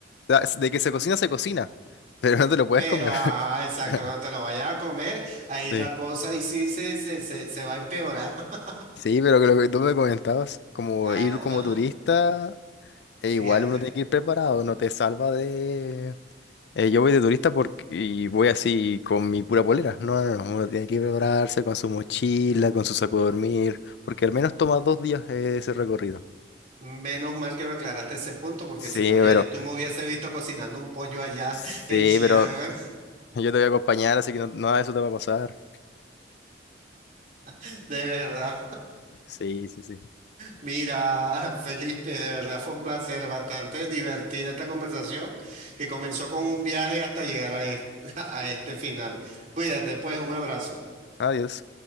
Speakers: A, on the left; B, on the right.
A: da- de que se cocina, se cocina, <laughs> pero no te lo puedes
B: pero,
A: comer.
B: ajá, exacto,
A: <laughs>
B: cuando te lo vayas a comer, ahí
A: Sí.
B: la cosa y sí se, se, se, se va a empeorar. <laughs>
A: Sí, pero que lo que tú me comentabas, como
B: Ah,
A: ir como turista,
B: fíjate.
A: e igual uno tiene que ir preparado, no te salva de, Eh, yo voy de turista porque, y voy así con mi pura polera. No, no, no. Uno tiene que prepararse con su mochila, con su saco de dormir, porque al menos toma dos días eh, ese recorrido.
B: Menos mal que me aclaraste ese punto, porque
A: Sí,
B: si no, ya
A: pero,
B: yo- tú me hubiese visto cocinando un pollo allá
A: sí,
B: <laughs> en Chiang.
A: pero yo te voy a acompañar, así que no- nada de eso te va a pasar.
B: <laughs> De verdad.
A: Sí, sí, sí.
B: Mira, <laughs> Felipe, de verdad fue un placer bastante divertida esta conversación que comenzó con un viaje hasta llegar a este, <laughs> a este final. Cuídate, pues, un abrazo.
A: Adiós.